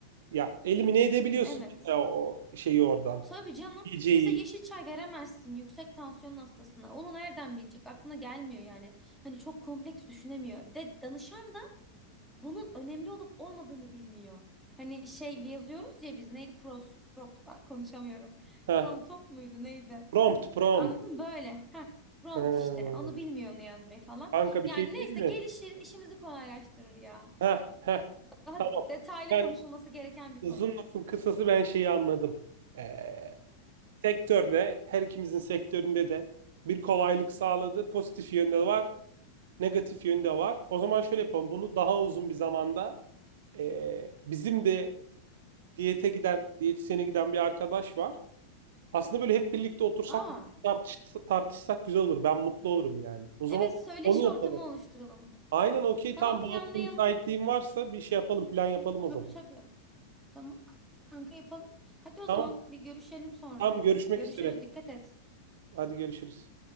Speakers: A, on the right (about 55°); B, in the centre.
A: ya elimine edebiliyorsun
B: Evet.
A: mesela o şeyi oradan.
B: Tabii canım.
A: DJ'yi.
B: Mesela yeşil çay veremezsin yüksek tansiyon hastasına. Onu nereden bilecek? Aklına gelmiyor yani. Hani çok kompleks düşünemiyor. Ve danışan da bunun önemli olup olmadığını bilmiyor. Hani şey yazıyoruz ya biz neydi? Pros, prop, Ay, konuşamıyorum.
A: Heh.
B: Promptop muydu neydi?
A: Prompt prompt.
B: E, Anladın mı? Böyle. Heh. Prompt
A: Ha.
B: işte. Onu bilmiyor onu yazmayı falan.
A: Kanka
B: Yani
A: bir şey
B: neyse
A: diyeyim mi?
B: gelişir, işimizi kolaylaştırır ya.
A: Heh, heh.
B: Daha
A: Tamam.
B: detaylı
A: Ben
B: konuşulması gereken bir
A: Uzun
B: konu.
A: lafın kısası ben şeyi anladım. Ee, sektörde, her ikimizin sektöründe de bir kolaylık sağladı. Pozitif yönde var, negatif yönde var. O zaman şöyle yapalım. Bunu daha uzun bir zamanda ee, bizim de diyete giden, diyetisyene giden bir arkadaş var. Aslında böyle hep birlikte otursak,
B: Aa,
A: tartış, tartışsak güzel olur. Ben mutlu olurum yani. O zaman
B: evet söyleşi
A: onu yapalım.
B: ortamı oluşturalım.
A: Aynen okey.
B: Tamam
A: Tam
B: planlayalım.
A: bu hafta müsaitliğin varsa bir şey yapalım, plan yapalım
B: Tabii
A: o zaman.
B: tabii. Tamam kanka yapalım. Hadi o
A: Tamam.
B: zaman bir görüşelim sonra.
A: tam görüşmek
B: Görüşürüz.
A: üzere.
B: Dikkat et.
A: Hadi görüşürüz.